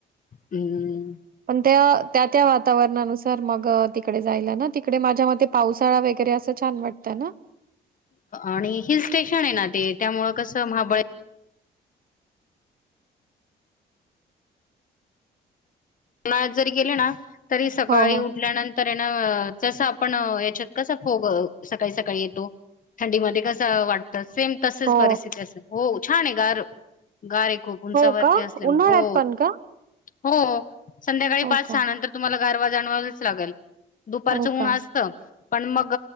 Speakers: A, on the left (about 45°); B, on the right (about 50°).
A: हम्.
B: पण त्या, त्या, त्या वातावरणानुसार- तर मग तिकडे जायला ना, तिकडे माझ्या मते पावसाळा वगैरे असं छान वाटत ना?
A: आणि हिल स्टेशन आहे ना ते, त्यामुळे कस महाबळे- मुळत जरी गेले ना, तरी सकाळी
B: हो हो
A: उठल्यानंतर ये ना जस आपण याच्यात- कसा फोग सकाळी, सकाळी येतो, थंडीमध्येध्ये कसा वाटत, ‌सेम तसच
B: हो
A: परिस्थिती असते. हो छान आहे गांर गांर आहे खूंप उंचावरती
B: हो का
A: असल्यामुळें
B: उन्हाळ्यात
A: हो
B: पण का
A: हो संध्याकांळी
B: हो
A: पांच
B: का
A: सहा नंतर तुम्हांला गांरवा जाणवांलाचं लागेल दुपारचं
B: हो का?
A: ऊंन असतं पणं मंग